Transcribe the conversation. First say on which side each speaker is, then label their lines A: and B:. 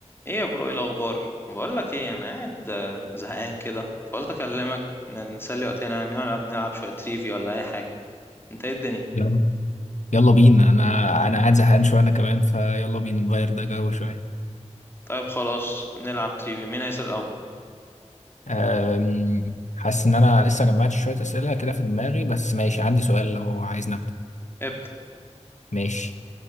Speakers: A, on the left; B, on the left.
A: ايه يا برو ايه الاخبار بقول لك ايه انا قاعد آه، زهقان كده فقلت اكلمك ن- نسلي وقتنا يعني نلعب نلعب شويه تريفي ولا اي حاجه انت ايه الدنيا
B: يلا يلا بينا انا انا قاعد زهقان شويه انا كمان فيلا بينا نغير ده جو شويه
A: طيب خلاص نلعب تريفي مين هيسال الاول
B: أم، حاسس ان انا لسه جمعت شويه اسئله كده في دماغي بس ماشي عندي سؤال لو عايز نبدا
A: ابدا
B: ماشي